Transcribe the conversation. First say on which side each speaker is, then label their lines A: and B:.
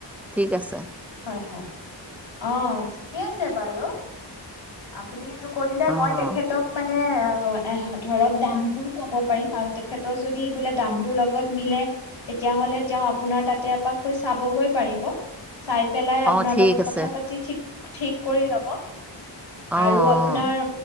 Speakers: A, in the centre; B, on the left.
A: ঠিক আছে।
B: হয় হয় অ ঠিকে আছে বাৰু আপুনি। টো কৈ দিলে মই
A: অঁ
B: তেখেতক মানে। অহ ধৰক দামটো ক'ব পাৰিম বাৰু তেখেতৰ যদি বোলে দামটোৰ লগত মিলে তেতিয়াহলে তেওঁ আপোনাৰ তাতে এপাকগৈ চাবগৈ পাৰিব। চাই পেলাই আপোনাৰ
A: অঁ ঠিক
B: লগত
A: আছে
B: কথা পাতি ঠিক ঠিক কৰি ল'ব। আৰু
A: অঁ
B: আপোনাৰ